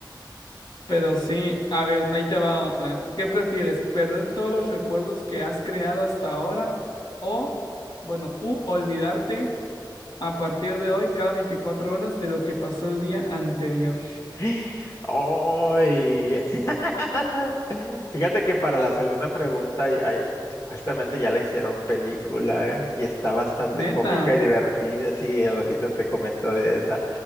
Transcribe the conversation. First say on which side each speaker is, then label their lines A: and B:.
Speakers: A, on the left; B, on the left.
A: Pero sí, a ver, ahí te va otra. ¿Qué prefieres, perder todos los recuerdos que has creado hasta ahora o, bueno, u olvidarte a partir de hoy cada 24 horas de lo que pasó el día anterior?
B: <gasps> ¡ay! <laughs> Fíjate que para la segunda pregunta, ay, ay, ay, supuestamente ya la hicieron película, ¿eh? Y está bastante
A: Neta.
B: cómica y divertida. Sí, al ratito te comento de esa.